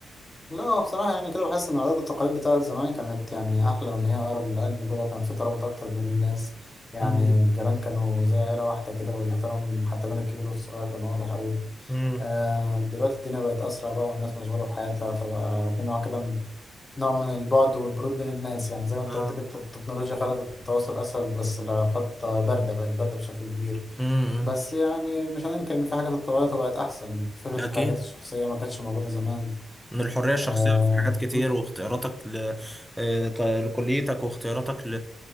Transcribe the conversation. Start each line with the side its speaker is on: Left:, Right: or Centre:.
Left: لا هو بصراحة يعني كده بحس إن العادات والتقاليد بتاعت زمان كانت يعني أحلى وإن هي أقرب للقلب كده كان في ترابط أكتر بين الناس يعني
Centre: امم
Left: الجيران كانوا زي عيلة واحدة كده والاحترام حتى بين الكبير والصغير كان واضح أوي
Centre: امم
Left: آه دلوقتي الدنيا بقت أسرع بقى والناس مشغولة بحياتها فبقى في نوع كده من- نوع من البعد والبرود بين الناس يعني زي ما أنت
Centre: اه
Left: قلت كده التكنولوجيا خلت التواصل أسهل بس العلاقات باردة بقت باردة بشكل كبير
Centre: امم
Left: بس يعني مش هننكر إن في حاجات اتطورت وبقت أحسن فكرة
Centre: أكيد
Left: الحريات الشخصية ما كانتش موجودة زمان
Centre: من الحرية الشخصية
Left: آه
Centre: في حاجات كتير واختياراتك ل... آه، ط- لكليتك واختياراتك ل...